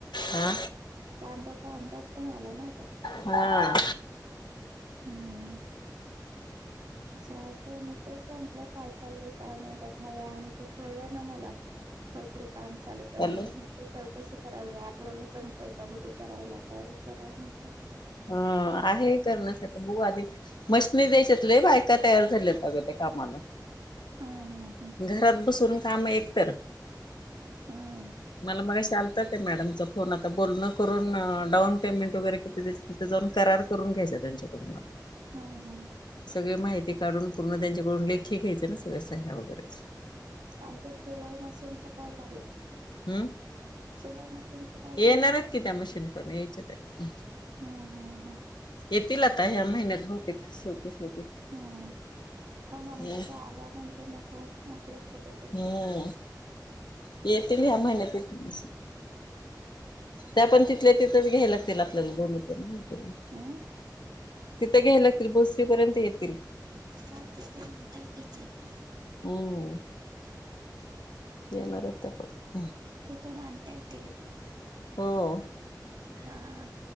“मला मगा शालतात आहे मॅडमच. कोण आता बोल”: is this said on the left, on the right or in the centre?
Left